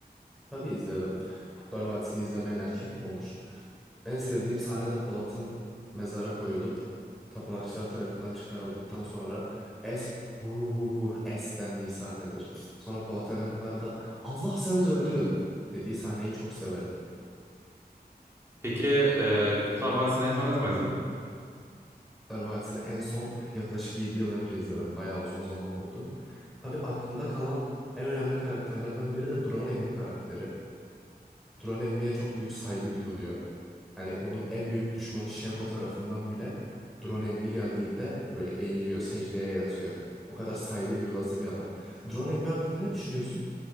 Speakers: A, in the centre; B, on the right.
A: Tabii izledim. Kurtlar Vadisi'ni izlemeyen erkek mi olur? En sevdiğim sahne de Polat'ın mezara koyulup tapınakçılar tarafından çıkarıldıktan sonra es hu hu hu es dendiği sahnedir. Sonra Polat Alemdar da Allah sanız öldürün dediği sahneyi çok severim.
B: Peki e, Kurtlar Vadisi'ni en son ne zaman izledin?
A: Kurtlar Vadisi'ni en son yaklaşık 7 yıl önce izledim. Bayağı uzun zaman oldu. Tabii aklımda kalan en önemli karakterlerden biri de Duran Emmi karakteri. Duran Emmi'ye çok büyük saygı duyuluyor. Hani onun en büyük düşmanı Şevko tarafından bile Duran Emmi geldiğinde böyle eğiliyor, secdeye yatıyor. O kadar saygı duyulası bir adam. Duran Emmi hakkında ne düşünüyorsun?